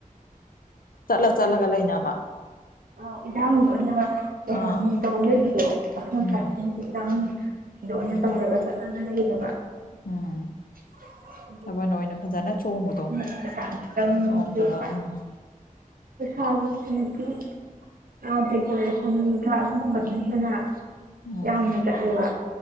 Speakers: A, on the left (about 85°); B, on the right (about 85°).
A: ꯆꯠꯂ ꯆꯠꯂꯒ ꯂꯩꯅꯕ
B: ꯑꯥꯎ ꯏꯔꯥꯡ ꯂ ꯑꯣꯏꯅ ꯀꯩ
A: ꯑꯥ
B: ꯍꯥꯏꯅꯤ ꯇꯧ ꯂꯩꯕꯗꯣ ꯄꯥꯈꯪ
A: ꯎꯝ
B: ꯂꯩꯁꯥꯕꯤꯁꯤꯡꯁꯦ ꯏꯔꯥꯡ ꯁꯤꯗꯥ ꯑꯣꯏꯅ
A: ꯎꯝ
B: ꯇꯧꯔꯒ ꯆꯠꯂꯒ ꯂꯩꯔꯤꯅꯦꯕ
A: ꯎꯝ
B: <inaudible>
A: ꯊꯥꯕꯜ ꯑꯣꯏꯅ ꯐꯖꯅ ꯆꯣꯡꯕꯗꯣ
B: ꯄꯩꯁꯥꯁꯨ ꯆꯪꯗ꯭ꯔꯦꯕꯥ
A: ꯆꯣꯡꯗꯕ ꯎꯝ
B: ꯄꯩꯁꯥꯖꯦ ꯁꯨꯝ ꯁꯨꯝ ꯑꯥ ꯗꯦꯀꯣꯔꯦꯁꯟꯒ ꯑꯗꯨꯒꯨꯝꯕꯗ ꯍꯦꯟꯅ
A: ꯎꯝ
B: ꯌꯥꯝ ꯆꯠꯂꯒ